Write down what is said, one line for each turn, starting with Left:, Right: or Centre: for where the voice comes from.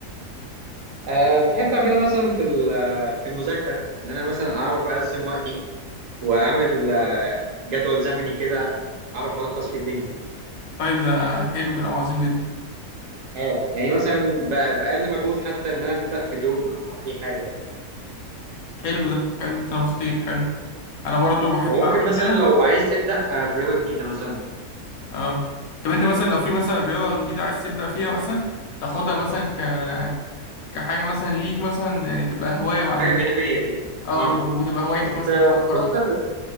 Right: آه، بحب اعملها مثلا في ال- في المذاكره ان انا مثلا اعرف اقسم وقتي واعمل آه، جدول زمني كده اعرف الخص فيه الدنيا
Left: طيب ده حلو كلام عظيم جدا
Right: اه يعني مثلا ب- باقل مجهود حتى ان انا ابدا في اليوم او اي حاجه
Left: حلو ده حلو كلام خطير حلو انا برضو بحب
Right: وممكن
Left: اعمل
Right: مثلا
Left: كده
Right: لو عايز تبدا آه، في رياضه جديده مثلا
Left: اه طب انت مثلا لو في مثلا رياضة جديدة عايز تبدأ فيها مثلا تاخدها مثلا ك كحاجة مثلا ليك مثلا آه، تبقى هواية بعدين
Right: حاجه جانبيه كده
Left: اه
Right: اه
Left: تبقى وتبقى هوايتك
Right: كنت
Left: مثلا في وقت
Right: بفكر
Left: فراغك